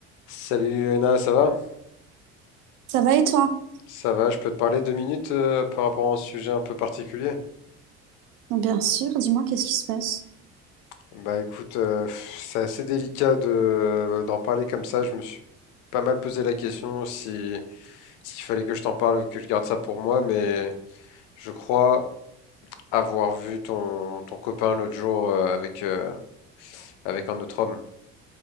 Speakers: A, on the left (about 80°); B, on the right (about 85°).
A: Salut Léna, ça va?
B: Ça va et toi?
A: Ça va, je peux te parler deux minutes euh, par rapport à un sujet un peu particulier?
B: Bien sûr, dis-moi, qu'est-ce qui se passe?
A: Bah écoute, euh, pff, c'est assez délicat de, euh, d'en parler comme ça. Je me suis pas mal posé la question si, s'il fallait que je t'en parle ou que je garde ça pour moi, mais je crois avoir vu ton, ton copain l'autre jour euh, avec, euh, avec un autre homme.